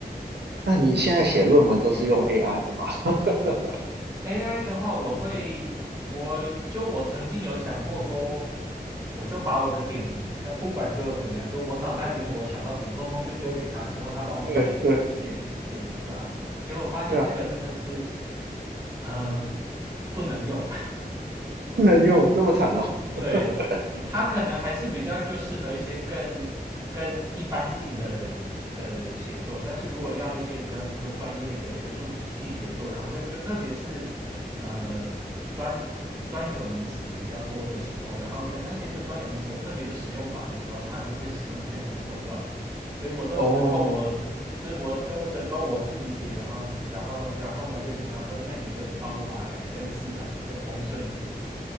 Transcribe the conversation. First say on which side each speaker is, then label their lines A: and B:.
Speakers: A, on the right; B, on the right.
A: 那你现在写论文都是用 AI 的吗？<laughs>
B: AI 的话，我会，我就我曾经有想过说，我就把我的点子，那不管就怎么样，就我脑袋里面我想到什么，通通就丢给他，之后他帮我写写写出来啊。
A: 对对
B: 结果发现那个真的是
A: 对啊，
B: 呃不能用，
A: 不能用这么惨哦。
B: <laughs>
A: <laughs>
B: 对他可能还是比较就适合一些更更一般性的的写作，但是如果要一些比较就专业的学术性写作，然后就就特别是呃专专有名词比较多的时候，然后跟那些就专有名词有特别的使用法的时候，它就会使用的非常的混乱，所以我都只能够我就是我就我整个我自己写，
A: 哦，
B: 然后然后然后呢就请他说，那你就帮我把它改的更自然，就更通顺一点，